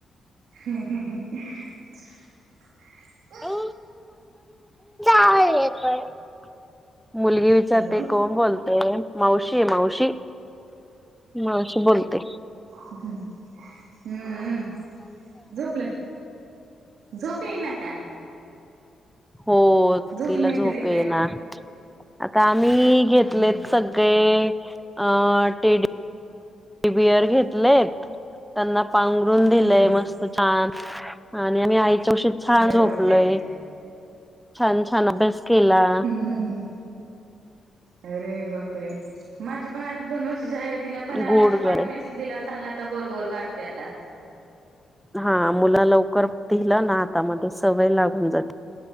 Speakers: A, on the right; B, in the centre.
A: ह् <inaudible>
B: अु आहे पण <inaudible> मुलगी विचारते
A: हॅलो
B: कोण बोलते मावशी मावशी मावशी बोलते
A: ह हम्मम् झोपलं झोपी ये ना का
B: हो
A: झोपली
B: तिला
A: नाही
B: झोप
A: तर लेकऱ्या.
B: आहे ना आता आम्ही घेतलेत
A: हम्म हम्म
B: सग ते ट <inaudible> ी बिअर घेतलेत त्यांना पांघरून
A: हम्म
B: दिलंय
A: हम्म
B: मस्त छान आणि आम्ही आईच्या उशीत छान
A: अरे
B: झोपलोय
A: बापरे!
B: छान छान अभ्यास केला
A: हम हम हं अरे बाप रे माझे पण दोन व तिला पण
B: गोड
A: पाटी
B: गळे
A: पेनसिल दिला चांगला आता गोल गोल काढते आता
B: हा मुलं लवकर पिलं ना हातामध्ये सवय लागून जाते